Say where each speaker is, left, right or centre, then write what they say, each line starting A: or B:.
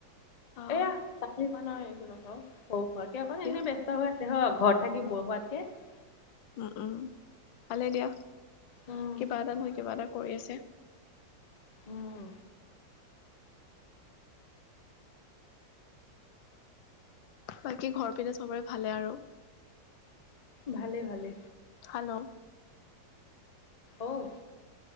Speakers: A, on the left; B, on the left.
A: অ'।
B: এয়া চাকৰি এইবিলাক আৰু পৰু খাকে অকণ
A: কিয়
B: এনে ব্যস্ত হৈ আছে হ ঘৰত থাকি বৰ হোৱাতকে। <unintelligible>
A: উম উম, ভালেই দিয়া
B: উম
A: কিবা এটা নহয় কিবা এটা কৰি আছে।
B: উম।
A: বাকী ঘৰ পিনে চবৰে ভালে আৰু।
B: ভালে ভালে।
A: হেল্ল'।
B: অ'